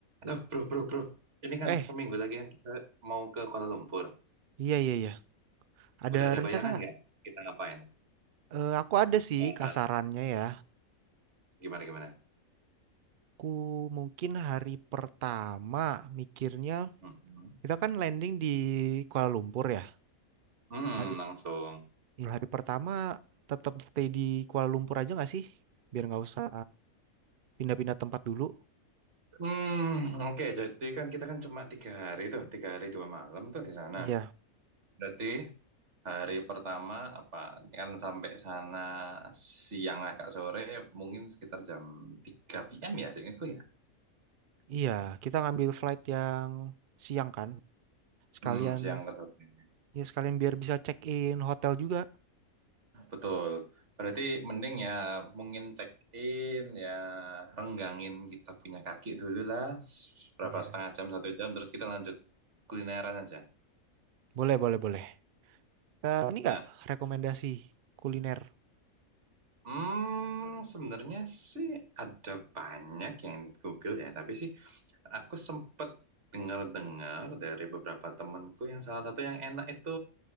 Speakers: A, on the right (about 55°); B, on the right (about 80°).
A: Nah, bro, bro, bro. Ini kan
B: Eh,
A: seminggu lagi kan kita mau ke Kuala Lumpur.
B: iya iya iya. Ada
A: Udah ada
B: rencana
A: bayangan
B: nggak?
A: nggak kita ngapain?
B: Eh, aku ada sih
A: Eh,
B: kasarannya ya.
A: gimana gimana?
B: Aku mungkin hari pertama mikirnya
A: Mm-mm.
B: kita kan landing di Kuala Lumpur ya.
A: Mm,
B: Hari
A: langsung.
B: ya, hari pertama tetap stay di Kuala Lumpur aja nggak sih? Biar nggak usah pindah-pindah tempat dulu.
A: Hmm, oke. Jadi kan kita kan cuma tiga hari tuh, tiga hari dua malam tuh di sana.
B: Iya,
A: Berarti hari pertama apa? Kan sampai sana siang agak sore, mungkin sekitar jam 3 PM ya, seingatku ya.
B: iya. Kita ngambil flight yang siang kan. Sekalian
A: Hmm, siang ke sore.
B: ya sekalian biar bisa check in hotel juga.
A: Betul. Berarti mending ya mungkin check in ya renggangin kita punya kaki dulu lah s- berapa
B: Iya.
A: setengah jam satu jam terus kita lanjut kulineran aja.
B: Boleh boleh boleh. Eh, ini nggak
A: Nah,
B: rekomendasi kuliner?
A: hmm, sebenarnya sih ada banyak yang di Google ya, tapi sih aku sempet dengar-dengar dari beberapa temenku yang salah satu yang enak itu